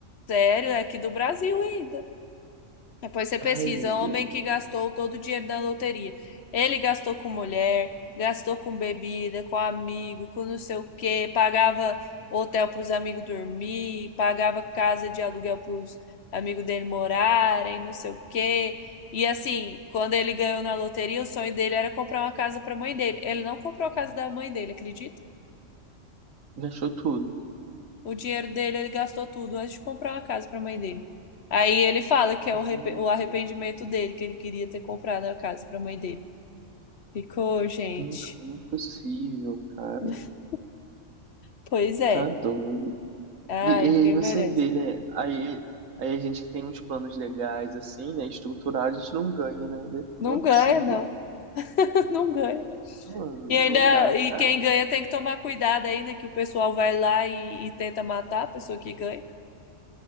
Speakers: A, on the left; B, on the right.
A: Sério, é aqui do Brasil ainda. Depois você pesquisa,
B: Ai, meu
A: homem
B: Deus.
A: que gastou todo o dinheiro da loteria. Ele gastou com mulher, gastou com bebida, com amigo, com não sei o quê, pagava hotel para os amigos dormir, pagava casa de aluguel para os amigos dele morarem, não sei o quê. E assim, quando ele ganhou na loteria, o sonho dele era comprar uma casa para a mãe dele. Ele não comprou a casa da mãe dele, acredita?
B: Me achou tudo.
A: O dinheiro dele ele gastou tudo antes de comprar uma casa pra mãe dele. Aí ele fala que é
B: Gente,
A: o arrepe- o arrependimento dele, que ele queria ter comprado a casa pra mãe dele. Ficou, gente.
B: gente, como é possível, cara?
A: <laughs> Pois é.
B: Tá doido.
A: Ai,
B: E, e aí
A: ninguém
B: você
A: merece.
B: vê, né? Aí, aí a gente que tem uns planos legais, assim, né? Estruturado, a gente não ganha, né? Vê Como
A: Não
B: é
A: ganha,
B: possível?
A: não. <laughs> Não ganha.
B: Mano,
A: E ainda,
B: não dá,
A: e
B: cara.
A: quem ganha tem que tomar cuidado ainda, que o pessoal vai lá e, e tenta matar a pessoa que ganha.